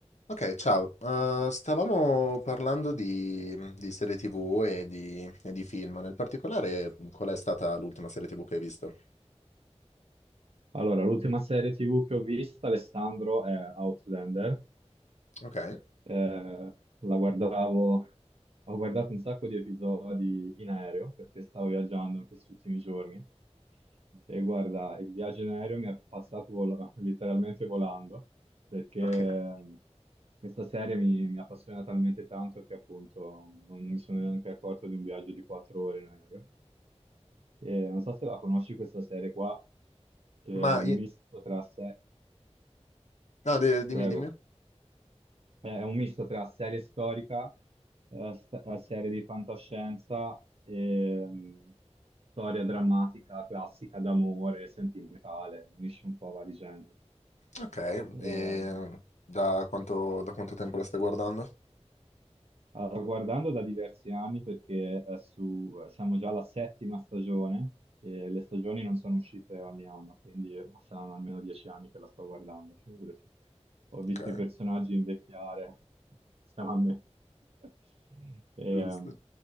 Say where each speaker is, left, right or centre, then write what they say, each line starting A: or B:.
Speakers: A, on the left; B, on the right.
A: Ok, ciao. Eh, stavamo parlando di, mhmm, di serie TV e di, e di film. Nel particolare, mhmm, qual è stata l'ultima serie TV che hai visto?
B: Allora, l'ultima serie TV che ho visto, Alessandro, è Outlander.
A: Ok,
B: Eh, la guardavo, ho guardato un sacco di episodi in aereo perché stavo viaggiando in questi ultimi giorni. E guarda, il viaggio in aereo mi è passato vol- letteralmente volando perché
A: ok.
B: eh, questa serie mi, mi appassiona talmente tanto che appunto non non mi sono neanche accorto di un viaggio di quattro ore in aereo. E non so se la conosci questa serie qua, che
A: Ma,
B: è un
A: i-
B: misto tra sé.
A: no, de- dimmi,
B: Prego.
A: dimmi.
B: Eh, È un misto tra serie storica, eh, st- eh, serie di fantascienza e mh, storia drammatica, classica d'amore, sentimentale, unisce un po' vari generi.
A: Ok,
B: Ehm,
A: e da quanto, da quanto tempo la stai guardando?
B: Allora, guardando da diversi anni, perché è su- siamo già alla settima stagione, e le stagioni non sono uscite ogni anno, quindi saranno almeno dieci anni che la sto guardando, figurati. Ho visto
A: Ok,
B: i personaggi invecchiare insieme a me. <laughs> E,
A: giusto.
B: ehm,